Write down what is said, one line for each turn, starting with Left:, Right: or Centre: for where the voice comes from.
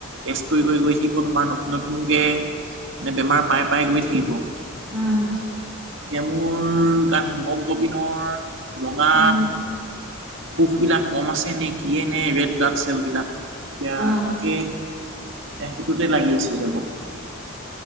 Right: ত কৰি কৰি গৈ থাকিব তোমাৰ নতুন নতুন কে মানে বেমাৰ পাই পাই গৈ থাকিব।
Centre: উম
Right: এতিয়া মোৰ গান হিমক কবিনৰ ৰঙা
Centre: উম উম
Right: কোষবিলাক কম আছে নে কিয়ে নে ৰেড ব্লাড চেলবিলাক এতিয়া
Centre: উম
Right: তাকে এ সেইটোতে লাগি আছো এতিয়া বৰ্তমান